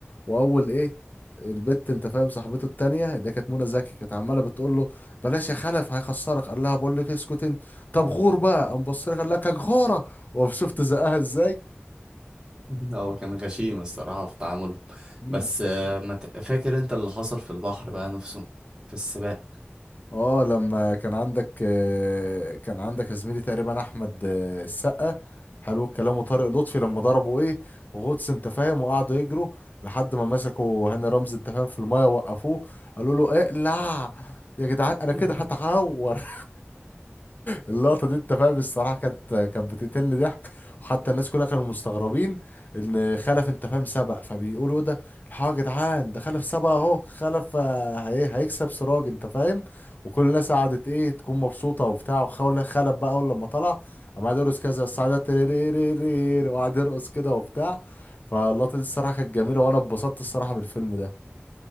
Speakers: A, on the left; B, on the right.
A: واول ايه البت انت فاهم صاحبته التانية اللي كانت منى زكي كانت عماله بتقول له بلاش يا خلف هيخسرك قال لها بقول لك اسكت انت طب غور بقى قام بص لها قال لك غوره وشفت زقها ازاي
B: <laughs> هو كان غشيم الصراحة في تعامله
A: مم.
B: بس آه، ما ت- فاكر انت اللي حصل في البحر بقى نفسه في السباق
A: اه لما كان عندك آه، كان عندك يا زميلي تقريبا احمد آه، السقا حلو الكلام وطارق لطفي لما ضربوا ايه غطس انت فاهم وقعدوا يجروا لحد ما مسكوا هاني رمزي انت فاهم في المايه وقفوه قالوا له اقلع يا جدعان
B: <laughs>
A: انا كده هتعور <laughs> اللقطه دي انت فاهم الصراحه كانت كانت بتقتلني ضحك وحتى الناس كلها كانوا مستغربين ان خلف انت فاهم سبق فبيقولوا إيه ده الحاجه يا جدعان ده خلف سبق اهو خلف آه، هي هيكسب سراج انت فاهم وكل الناس قعدت ايه تكون مبسوطه وبتاع وخول خلف بقى اول لما طلع قام قاعد يرقص كذا السعاده تريريريرير وقعد يرقص كده وبتاع فاللقطه دي الصراحه كانت جميله وانا اتبسطت الصراحه من الفيلم ده